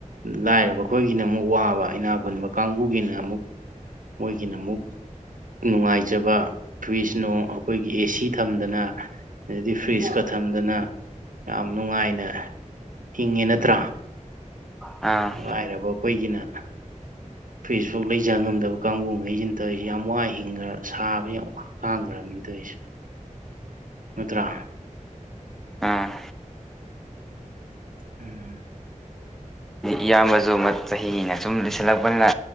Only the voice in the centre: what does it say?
ꯑꯥ
ꯑꯥ
ꯏꯌꯥꯝꯕꯁꯨ ꯆꯍꯤꯅ ꯁꯨꯝ ꯂꯤꯁꯤꯜꯂꯛꯄꯅꯤꯅ